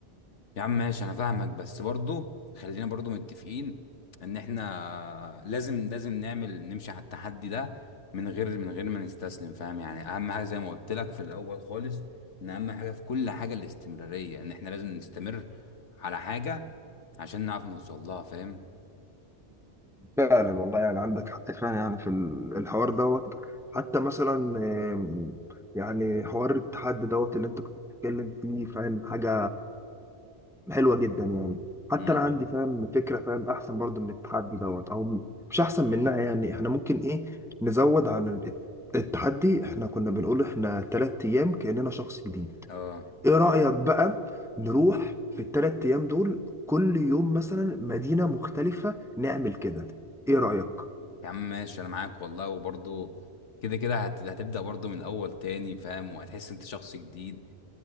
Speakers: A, on the left; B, in the centre.
A: يا عم ماشي انا فاهمك بس برضو خلينا برضو متفقين ان احنا لازم لازم نعمل نمشي على التحدي ده من غير من غير ما نستسلم فاهم يعني اهم حاجه زي ما قلت لك في الاول خالص ان اهم حاجه في كل حاجه الاستمراريه ان احنا لازم نستمر على حاجه عشان نعرف نوصل لها فاهم
B: فعلا والله يعني عندك حق فعلا يعني في ال- الحوار دوت حتى مثلا آم، يعني حوار التحدي دوت اللي انت كنت بتتكلم فيه فاهم حاجة حلوة جدا يعني حتى
A: امم
B: انا عندي فاهم فكرة فاهم احسن برضو من التحدي دوت او مش احسن منها يعني احنا ممكن ايه نزود عن ال- التحدي احنا كنا بنقول احنا تلات ايام كأننا شخص جديد
A: اه
B: ايه رأيك بقى نروح في الثلاث ايام دول كل يوم مثلا مدينة مختلفة نعمل كده ايه رأيك
A: يا عم ماشي انا معاك والله وبرضه كده كده هت... هتبدأ برضه من الاول تاني فاهم وهتحس انت شخص جديد